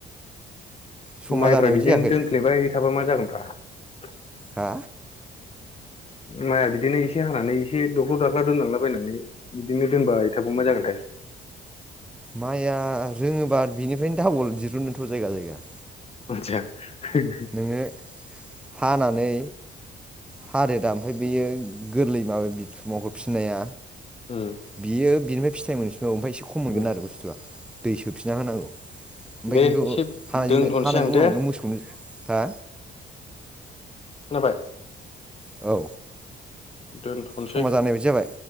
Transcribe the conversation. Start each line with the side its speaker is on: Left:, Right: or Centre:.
Centre: समा
Left: माइब्रा
Centre: जानाय बायदि
Left: बिदिनो
Centre: जायाखै
Left: दोनफ्लेबाय थाबा मा जागोन? बा
Centre: हा
Left: माइआ बिदिनो एसे हानानै एसे दख्ल-दाख्ला दोनलांलाबायनानै बिदिनो दोनबाय थाबाव मा जागोनथाय?
Centre: माइआ रोङोबा बिनिफ्रायनो दाबल दिरुनोथ' जायगा जायगा।
Left: आतसा। <inaudible>
Centre: नोङो हानानै हा रोदा ओमफ्राय बेयो गोरलै माबा बिुमावहरफिननाया
Left: उम
Centre: बियो। बिनिफ्राय फिथायाइ मोनसै औ ओमफ्राय एसे खम मोनगोन
Left: उम
Centre: आरो बुस्थुआ दै सोफिनना होनांगौ। ओमफ्राय
Left: दे
Centre: खिन्थु
Left: एसे
Centre: हानायजों
Left: दोनथ'नोसै
Centre: हानायनि
Left: आं
Centre: उनावनो
Left: दे
Centre: मोसौनो हा।
Left: खोनाबाय।
Centre: औ।
Left: दोनथ'सै।
Centre: समा जानाय बायदि जाबाय